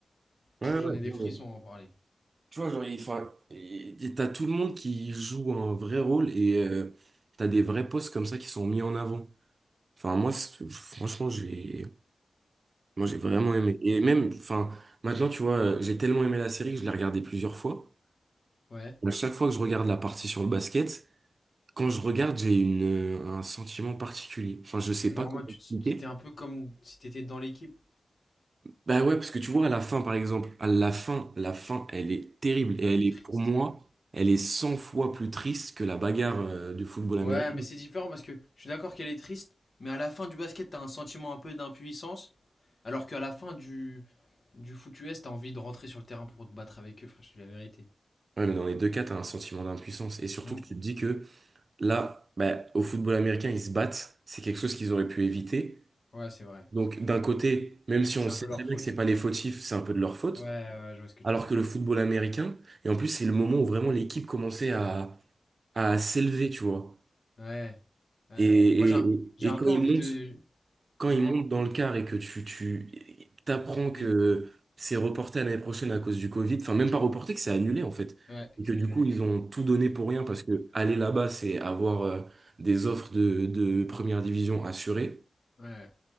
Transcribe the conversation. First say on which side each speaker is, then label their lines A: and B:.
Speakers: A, on the right; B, on the left.
A: ouais,
B: Pff, J'en
A: ouais.
B: ai des
A: non,
B: frissons
A: mais
B: à en parler.
A: Tu vois, genre, il, enfin, il- t'as tout le monde qui joue un vrai rôle et euh, t'as des vrais postes comme ça qui sont mis en avant. Enfin, moi, c'est- franchement, j'ai, moi, j'ai vraiment
B: Ouais.
A: aimé. Et même, enfin, maintenant, tu vois, j'ai tellement aimé la série que je l'ai regardée plusieurs fois.
B: Ouais.
A: À chaque fois que je regarde la partie sur le basket, Quand je regarde, j'ai une, euh, un sentiment particulier. Enfin, je sais
B: Genre
A: pas comment
B: en mode, tu
A: expliquer.
B: t'étais un peu comme si t'étais dans l'équipe.
A: Bah ouais, parce que tu vois, à la fin, par exemple, à la fin, la fin, elle est terrible.
B: Ah,
A: Et
B: Elle
A: elle
B: est
A: est,
B: triste,
A: pour moi,
B: ouais.
A: elle est 100 fois plus triste que la bagarre, euh, du football américain.
B: Ouais, mais c'est différent parce que je suis d'accord qu'elle est triste, mais à la fin du basket, t'as un sentiment un peu d'impuissance, alors qu'à la fin du, du foot US, t'as envie de rentrer sur le terrain pour te battre avec eux, frère, je te dis la vérité.
A: Ouais, mais dans les deux cas, t'as un sentiment d'impuissance. Et surtout
B: Mm.
A: que tu te dis que là, bah, au football américain, ils se battent. C'est quelque chose qu'ils auraient pu éviter.
B: Ouais, c'est vrai.
A: Donc, d'un côté, même si
B: C'est
A: on sait
B: un peu leur
A: très bien
B: faute.
A: que c'est pas les fautifs, c'est un peu de leur faute.
B: Ouais, ouais, je vois ce que tu
A: Alors
B: veux dire.
A: que le football américain, et en plus, c'est le moment où vraiment l'équipe commençait à à s'élever, tu vois.
B: Ouais, ouais.
A: Et,
B: Moi, j'ai un,
A: et,
B: j'ai
A: et
B: un
A: quand
B: peu
A: il
B: envie
A: monte,
B: de...
A: quand
B: Dis-moi.
A: il monte dans le car et que tu, tu t'apprends que
B: Il-
A: c'est reporté à l'année prochaine à cause du Covid, enfin même pas reporté, que c'est annulé en fait.
B: Ouais, que
A: Et que
B: c'est
A: du
B: annulé.
A: coup, ils ont tout donné pour rien parce que aller là-bas, c'est avoir euh, des offres de, de première division assurées.
B: Ouais.